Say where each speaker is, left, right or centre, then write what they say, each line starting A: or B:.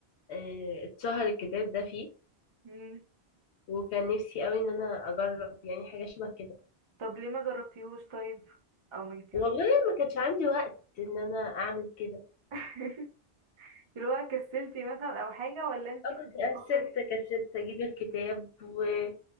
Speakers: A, on the left (about 75°); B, on the right (about 45°).
A: إيه، اتشهر الكتاب ده فيه
B: مم.
A: وكان نفسي قوي ان انا اجرب يعني حاجه شبه كده
B: طب ليه ما جربتيهوش طيب أو ما جبتيهوش
A: والله ما كانش عندي وقت ان انا اعمل كده
B: <laughs> اللي هو كسلتي مثلا أو حاجة ولا انتي
A: أول
B: كنتي الفترة
A: كسلت
B: دي
A: كسلت اجيب الكتاب و